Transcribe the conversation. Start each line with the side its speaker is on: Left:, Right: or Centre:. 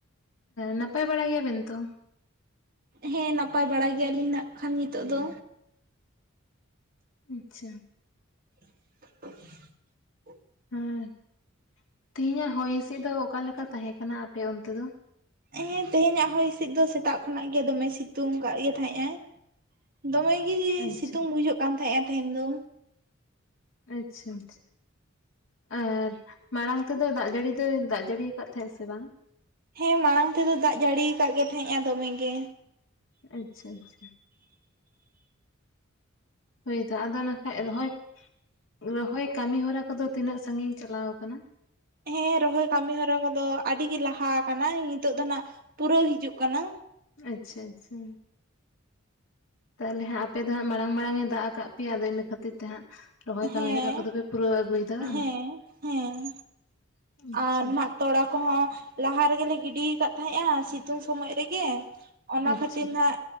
Left: ᱱᱟᱯᱟᱭ ᱵᱟᱲᱟ ᱜᱮᱭᱟ ᱵᱮᱱ ᱛᱚ?
Right: ᱦᱮᱸ ᱱᱟᱯᱟᱭ ᱵᱟᱲᱟ ᱜᱮᱭᱟᱞᱤᱧ ᱱᱟᱜ ᱠᱷᱟᱱ ᱱᱤᱛᱚᱜ ᱫᱚ
Left: ᱟᱪᱪᱷᱟ
Right: <unintelligible>
Left: ᱦᱮᱸ ᱛᱮᱦᱮᱧᱟᱜ ᱦᱚᱭ ᱦᱤᱥᱤᱫ ᱫᱚ ᱚᱠᱟᱞᱮᱠᱟ ᱛᱟᱦᱮᱸ ᱠᱟᱱᱟ ᱟᱯᱮ ᱚᱱᱛᱮ ᱫᱚ?
Right: ᱦᱮᱸ ᱛᱮᱦᱮᱧᱟᱜ ᱦᱚᱭ ᱦᱤᱸᱥᱤᱫ ᱫᱚ ᱥᱮᱛᱟᱜ ᱠᱷᱚᱱᱟᱜ ᱜᱮ ᱫᱚᱢᱮ ᱥᱤᱛᱩᱝ ᱟᱠᱟᱫ ᱜᱮ ᱛᱟᱦᱮᱸᱜ ᱟᱭ ᱫᱚᱢᱮ ᱜᱮ
Left: ᱟᱪᱪᱷᱟ
Right: ᱥᱤᱛᱩᱝ ᱵᱩᱡᱷᱟᱹᱜ ᱠᱟᱱ ᱛᱟᱦᱮᱸᱼᱟ ᱛᱮᱦᱮᱧ ᱫᱚ
Left: ᱟᱪᱪᱷᱟ ᱟᱪᱪᱷᱟ ᱟᱨ ᱢᱟᱲᱟᱝ ᱛᱮᱫᱚ ᱫᱟᱜ ᱡᱟᱹᱲᱤ ᱫᱚᱭ ᱫᱟᱜ ᱡᱟᱹᱲᱤᱭᱟ ᱟᱠᱟᱫ ᱛᱟᱦᱮᱸᱜᱫ ᱥᱮ ᱵᱟᱝ?
Right: ᱦᱮᱸ ᱢᱟᱲᱟᱝ ᱛᱮᱫᱚ ᱫᱟᱜ ᱡᱟᱹᱲᱤᱭᱟ ᱟᱠᱟᱫ ᱜᱮ ᱛᱟᱦᱮᱸᱫᱼᱟ ᱫᱚᱢᱮ ᱜᱮ
Left: ᱟᱪᱪᱷᱟ ᱟᱪᱪᱷᱟ ᱦᱳᱭ ᱛᱚ ᱟᱫᱚ ᱱᱟ ᱠᱷᱟᱱ ᱨᱚᱦᱚᱭ ᱨᱚᱦᱚᱭ ᱠᱟᱹᱢᱤ ᱦᱚᱨᱟ ᱠᱚᱫᱚ ᱛᱤᱱᱟᱹᱜ ᱥᱟᱺᱜᱤᱧ ᱪᱟᱞᱟᱣ ᱟᱠᱟᱱᱟ
Right: ᱦᱮᱸ ᱨᱚᱦᱚᱭ ᱠᱟᱹᱢᱤ ᱦᱚᱨᱟ ᱠᱚᱫᱚ ᱟᱹᱰᱤᱜᱤ ᱞᱟᱦᱟ ᱟᱠᱟᱱᱟ ᱱᱤᱛᱚᱜ ᱫᱚ ᱱᱟᱜ ᱯᱩᱨᱟᱹᱣ ᱦᱤᱡᱩᱜ ᱠᱟᱱᱟ᱾
Left: ᱟᱪᱪᱷᱟ ᱟᱪᱪᱷᱟ ᱛᱟᱦᱚᱞᱮ ᱦᱟᱸᱜ ᱟᱯᱮ ᱫᱚ ᱦᱟᱸᱜ ᱢᱟᱲᱟᱝ ᱢᱟᱲᱟᱝ ᱮ ᱫᱟᱜ ᱟᱠᱟᱫ ᱯᱮᱭᱟ ᱟᱫᱚ ᱤᱱᱟᱹ ᱠᱷᱟᱹᱛᱤᱨ ᱛᱮ ᱦᱟᱸᱜ ᱨᱚᱦᱚᱭ
Right: ᱦᱮᱸ
Left: ᱠᱟᱹᱢᱤ ᱦᱚᱨᱟ ᱠᱚ ᱫᱚᱯᱮ ᱯᱩᱨᱟᱹᱣ ᱟᱹᱜᱩᱭᱮᱫᱟ ᱵᱟᱝ
Right: ᱦᱮᱸ ᱦᱮᱸ
Left: ᱟᱪᱪᱷᱟ
Right: ᱟᱨ ᱱᱟᱜ ᱛᱚᱞᱟ ᱠᱚᱦᱚᱸ ᱞᱟᱦᱟ ᱨᱮᱜᱮᱞᱮ ᱜᱤᱰᱤ ᱟᱠᱟᱫ ᱛᱟᱦᱮᱸᱫᱼᱟ ᱥᱤᱛᱩᱝ ᱥᱚᱢᱚᱭ ᱨᱮᱜᱮ ᱚᱱᱟ
Left: ᱟᱪᱪᱷᱟ
Right: ᱠᱷᱟᱹᱛᱤᱨ ᱱᱟᱜ